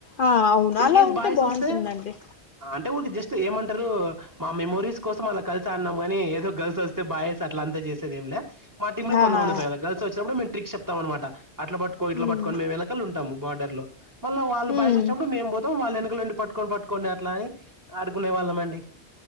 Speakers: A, on the left; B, on the right.
A: ఆ అవును
B: ఇన్
A: అలా
B: కేస్
A: ఉంటే
B: బాయస్
A: బాగుంటుందండి
B: వస్తే అంటే ఊరికి జస్ట్ ఏమంటారు మా మెమోరీస్ కోసం అలా కలిసి ఆన్నాం కాని ఏదో గర్ల్స్ వస్తే బాయ్స్ అట్లా అంతా చేసేది ఏం లే మా టీమ్లు
A: ఆహా
B: కొంతందందిద ఇప్పు మేము ట్రిక్స్ చెప్తాం అనమాట అలా పట్టుకో ఇట్లా
A: ఉమ్
B: పట్టుొని మేము వెనకలు ఉంటాము బార్డర్ లో మళ్ళ వాళ్ళు
A: ఉమ్
B: బాయసి వచ్చినప్పుడు మేము పోతాం వాళ్ళ వెనకలు ఉండి పటుకొని పట్కోండి అట్ అ ఆడుకునే వాళ్ళం అండి